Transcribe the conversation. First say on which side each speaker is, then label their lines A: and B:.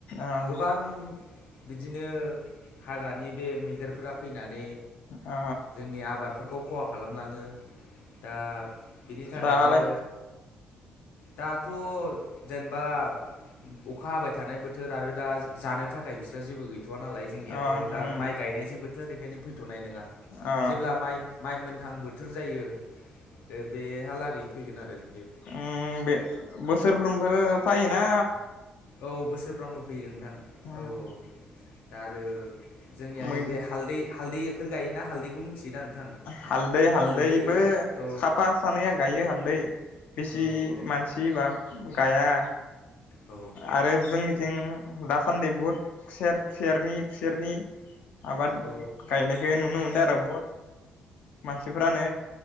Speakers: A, on the left; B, on the left.
A: ओ
B: गोबां बिदिनो हाग्रानि बे मैदेरफोरा फैनानै
A: अ
B: जोंनि आबादफोरखौ खहा खालाम लाङो दा बिनि थाखायनो
A: दालाय
B: दाथ' जेनेबा अखा हाबाय थानाय बोथोर आरो दा जानो थाखाय बिस्रा जेबो गैथ वा नालाय जोंनियाथ'
A: अ नोंथां
B: दा माइ गायनायसो बो- थो बेखायनो फै थुनाय नङा
A: अ
B: जेब्ला माइ माइ मोनहां बो थोर जायो बे बेहालागै फैगोन आरो बियो
A: अम बे बोसोरफ्रोमबो फायोना
B: औ बोसोरफ्रामबो फैयो नोंथां
A: ओमफ्राय
B: औ औ दा आरो जोंनिया
A: मै
B: नैबे हालदै हालदैफोर गायोना हालदैखौ मिथियोदा नोंथां
A: हालदै
B: हालदै
A: हालदैबो
B: औ
A: साफा सानै गायो हालदै। बेसि
B: औ औ
A: मानसि बा- गाया
B: औ
A: आरो जोंनिथिं दासान्दि बहुद खुसेर खुसेरनि-खुसेरनि आबाद
B: औ
A: गायनायखौ नुनो मोनदों <unintelligible> मानसिफ्रानो